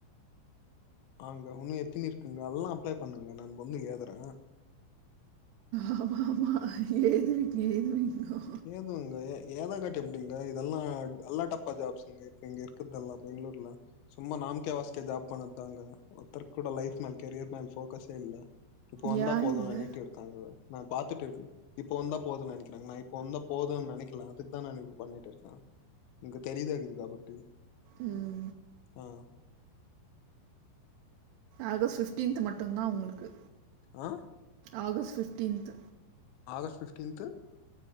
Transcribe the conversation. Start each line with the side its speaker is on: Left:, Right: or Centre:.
Left: ஆங்க உன்னு எத்தினி இருக்குங்க எல்லா அப்ளை பண்ணுங்க நா வந்து ஏதுற
Right: ஆமா ஆமா எலுதுவிங்க எலுதுவிங்கோ
Left: ங்க ஏத காட்ட எப்டிங்க இதெல்லா எல்லா டப்பா ஜாப்ஸ் இங்க இப்ப இங்க இருக்குதல்லா பெங்களூர்ல சும்மா நாம்கே வாஸ்கே ஜாப் பண்ணதாங்க ஒருத்தரு கூட லைஃப் மேல் கெரியர் மேல் ஃபோக்கஸே இல்ல இப்ப வந்தா
Right: யா
Left: போதுங்க
Right: இல்லை
Left: நேட்டிவ் இருகாங்கல நா பாத்துட்டு இருக்க இப்ப வந்த போது நினைக்கிறாங்க நா இப்ப வந்த போதும்னு நனைக்கல அதுக்தா நான் இ பண்ணிட்டு இருக்கே <unintelligible>
Right: உம்
Left: ஆ
Right: ஆகஸ்ட் ஃபிஃப்டீன்த் மட்டுதா உங்களுக்கு
Left: ஆ
Right: ஆகஸ் ஃபிஃப்டீன்த்
Left: ஆகஸ்ட் ஃபிஃப்டீன்த்து